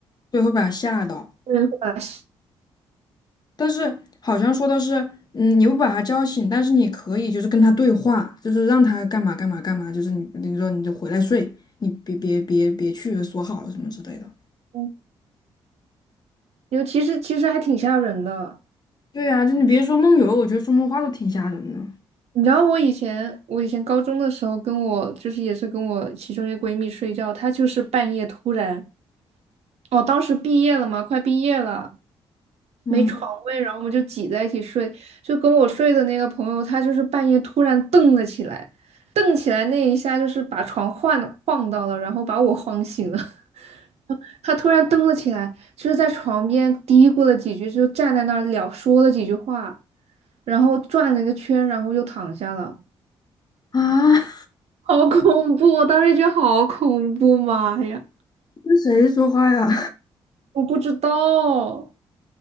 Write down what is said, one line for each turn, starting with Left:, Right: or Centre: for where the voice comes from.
Left: 对，会把他吓到。
Right: 对，把他吓，
Left: 但是好像说的是，嗯，你不把他叫醒，但是你可以就是跟他对话，就是让他干嘛干嘛干嘛，就是你你说你就回来睡，你别别别别去锁好了什么之类的。
Right: 嗯尤其是其实还挺吓人的。
Left: 对呀、就你别说梦游，我觉得说梦话都挺吓人的。
Right: 你知道我以前，我以前高中的时候，跟我就是也是跟我其中一个闺蜜睡觉，她就是半夜突然，哦，当时毕业了嘛，快毕业了，
Left: 嗯
Right: 没床位，然后我们就挤在一起睡，就跟我睡的那个朋友，她就是半夜突然瞪了起来，瞪起来那一下就是把床晃晃到了，然后把我晃醒了。<laughs> 她突然瞪了起来，就是在床边嘀咕了几句，就站在那儿聊说了几句话，然后转了一个圈，然后又躺下了。
Left: 啊，
Right: 好恐怖！我当时觉得好恐怖，妈呀！
Left: <laughs> 跟谁说话呀？
Right: 我不知道哦，